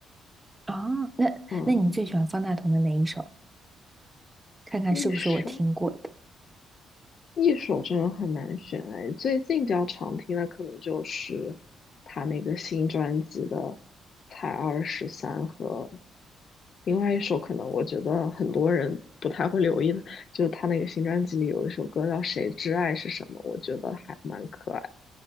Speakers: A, on the right; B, on the left.
A: 啊。那那你最喜欢方大同的哪一首？
B: 嗯，
A: 看看是不是我听过的。
B: 一首。一首真的很难选哎，最近比较常听的可能就是他那个新专辑的《才二十三》和另外一首，可能我觉得很多人不太会留意的，就是他那个新专辑里有一首歌叫《谁之爱是什么》，我觉得还蛮可爱。